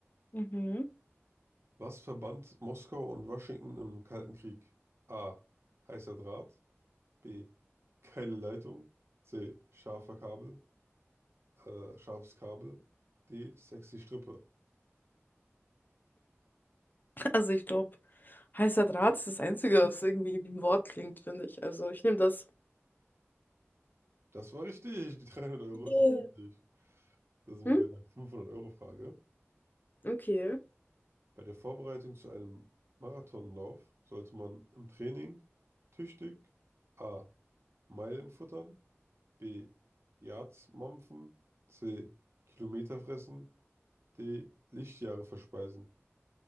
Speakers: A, on the left; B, on the right.
A: Mhm.
B: Was verband Moskau und Washington im Kalten Krieg? A. Heißer Draht. B. Geile Leitung. C. Scharfer Kabel. Äh, scharfes Kabel. D. Sexy Strippe.
A: Also ich glaube, heißer Draht ist das Einzige, was irgendwie wie ein Wort klingt, finde ich. Also ich nehme das.
B: Das war richtig. Die 300 Euro
A: Yeah.
B: ist richtig. Das sind
A: Hm?
B: wir bei der 500-Euro-Frage.
A: Okay.
B: Bei der Vorbereitung zu einem Marathonlauf sollte man im Training tüchtig A. Meilen futtern. B. Yards mampfen. C. Kilometer fressen. D Lichtjahre verspeisen.